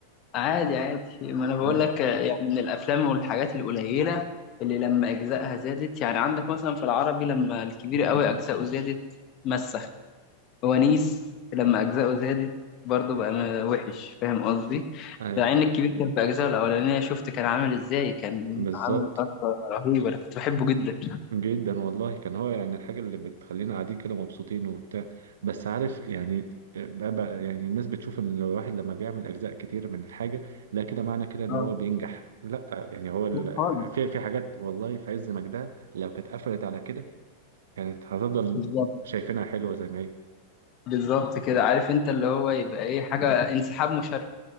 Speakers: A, on the left; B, on the right.
A: عادي عادي ما انا بقول
B: آه.
A: لك يعني من الافلام والحاجات القليله اللي لما اجزائها زادت يعني عندك مثلا في العربي لما الكبير قوي اجزائه زادت مسخ ونيس لما أجزاؤه زادت برضه بقى م- وحش فاهم قصدي؟
B: ايوه
A: مع إن الكبير كان في أجزائه الأولانية شفت كان عامل إزاي كان
B: بالظبط
A: عامل ضجة رهيبة أنا كنت بحبه جدا
B: جدا والله كان هو يعني الحاجة اللي بتخلينا قاعدين كده مبسوطين وبتاع بس عارف يعني آه، بقى بقى يعني الناس بتشوف ان الواحد لما بيعمل اجزاء كتير من الحاجة لا كده معنى كده ان
A: آه،
B: هو بينجح لا يعني هو ال-
A: خالص
B: في في حاجات والله في عز مجدها لو كانت قفلت على كده كانت هتفضل
A: بالظبط
B: شايفينها حلوة زي ما هي
A: بالظبط كده عارف أنت اللي هو يبقى إيه حاجة انسحاب مشرف